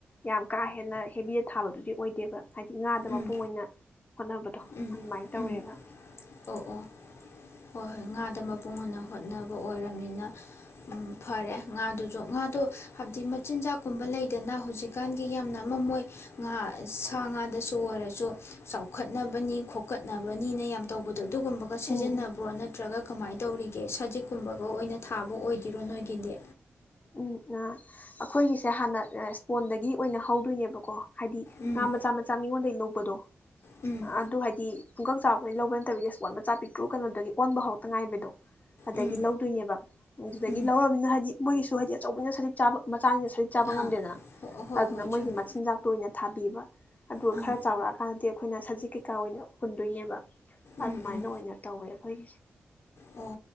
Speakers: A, on the left (about 35°); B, on the left (about 70°).
A: ꯌꯥꯝ ꯀꯥ ꯍꯦꯟꯅ ꯍꯦꯕꯤꯗ ꯊꯥꯕꯗꯨꯗꯤ ꯑꯣꯏꯗꯦꯕ ꯍꯥꯏꯗꯤ ꯉꯥꯗ
B: ꯎꯝ
A: ꯃꯄꯨꯡ ꯑꯣꯏꯅ ꯍꯣꯠꯅꯕꯗꯣ
B: ꯎꯝ
A: ꯑꯗꯨꯃꯥꯏꯅ ꯇꯧꯋꯦꯕ
B: ꯎꯝ ꯑꯣ ꯑꯣ ꯍꯣꯏ ꯍꯣꯏ ꯉꯥꯗ ꯃꯄꯨꯡ ꯑꯣꯏꯅ ꯍꯣꯠꯅꯕ ꯑꯣꯏꯔꯕꯅꯤꯅ ꯎ ꯐꯔꯦ ꯉꯥꯗꯨꯁꯨ ꯉꯥꯗꯣ ꯍꯥꯏꯕꯗꯤ ꯃꯆꯤꯟꯖꯥꯛꯀꯨꯝꯕ ꯂꯩꯗꯅ ꯍꯧꯖꯤꯛꯀꯥꯟꯒꯤ ꯌꯥꯝꯅ ꯑꯝꯃ ꯃꯣꯏ ꯉꯥ ꯁꯥ ꯉꯥꯗꯁꯨ ꯁꯨ ꯑꯣꯏꯔꯁꯨ ꯆꯥꯎꯈꯠꯅꯕꯅꯤ ꯈꯣꯠꯀꯠꯅꯕꯅꯤꯅ ꯌꯥꯝ ꯇꯧꯕꯗꯣ ꯑꯗꯨꯒꯨꯝꯕꯒ ꯁꯤꯖꯤꯟꯅꯄꯣꯠꯅ
A: ꯎꯝ
B: ꯅꯠꯇ꯭ꯔꯒ ꯀꯃꯥꯏꯅ ꯇꯧꯔꯤꯒꯦ ꯁꯖꯤꯛꯀꯨꯝꯕꯒ ꯑꯣꯏꯅ ꯊꯥꯕ ꯑꯣꯏꯗꯣꯏꯔꯣ ꯅꯣꯏꯒꯤꯗꯤ
A: ꯎꯝ ꯑꯥ ꯑꯩꯈꯣꯏꯒꯤꯁꯦ ꯍꯥꯟꯅ ꯏꯁꯄꯣꯟꯗꯒꯤ ꯑꯣꯏꯅ ꯍꯧꯗꯣꯏꯅꯦꯕꯀꯣ ꯍꯥꯏꯗꯤ
B: ꯎꯝ
A: ꯉꯥ ꯃꯆꯥ ꯃꯆꯥ ꯃꯤꯉꯣꯟꯗꯒꯤꯩ ꯂꯧꯕꯗꯣ
B: ꯎꯝ
A: ꯑꯗꯨ ꯍꯥꯏꯗꯤ ꯄꯨꯡꯀꯛ ꯆꯥꯎꯔꯄꯗꯒꯤ ꯂꯧꯕ ꯅꯠꯇꯕꯤꯗꯤ ꯑꯁꯄꯣꯟ ꯃꯆꯥ ꯄꯤꯛꯇ꯭ꯔꯨ ꯀꯩꯅꯣꯗꯒꯤ ꯑꯣꯟꯕ ꯍꯣꯗ ꯉꯥꯏꯔꯤꯕꯗꯣ ꯑꯗꯒꯤ
B: ꯎꯝ
A: ꯂꯧꯗꯣꯏꯅꯦꯕ ꯑꯗꯨꯗꯒꯤ
B: ꯎꯝ
A: ꯂꯧꯔꯅꯤꯅ ꯍꯥꯏꯗꯤ ꯃꯣꯏꯒꯤꯁꯨ ꯃꯣꯏꯗꯤ ꯑꯆꯧꯕꯅꯤꯅ ꯁꯖꯤꯛ ꯆꯥꯕ ꯃꯆꯥꯅꯤꯅ ꯁꯖꯤꯛ ꯆꯥꯕ ꯉꯝꯗꯦꯗꯅ
B: ꯑꯥ ꯍꯣꯏ
A: ꯑꯗꯨꯅ
B: ꯍꯣꯏ
A: ꯃꯣꯏꯒꯤ
B: ꯆꯨꯝꯃꯤ
A: ꯃꯆꯤꯟꯖꯥꯛꯇꯣ ꯑꯣꯏꯅ ꯊꯥꯕꯤꯕ ꯑꯗꯨꯒ
B: ꯎꯝ
A: ꯈꯔ ꯆꯥꯎꯔꯛꯑꯀꯥꯟꯗꯗꯤ ꯑꯩꯈꯣꯏꯅ ꯁꯖꯤꯛ ꯀꯩꯀꯥ ꯑꯣꯏꯅ ꯍꯨꯟꯗꯣꯏꯅꯦꯕ
B: ꯎꯝ
A: ꯑꯗꯨꯃꯥꯏꯅ
B: ꯎꯝ
A: ꯑꯣꯏꯅ ꯇꯧꯋꯦꯕ ꯑꯩꯈꯣꯏꯒꯤꯁꯦ
B: ꯑꯣ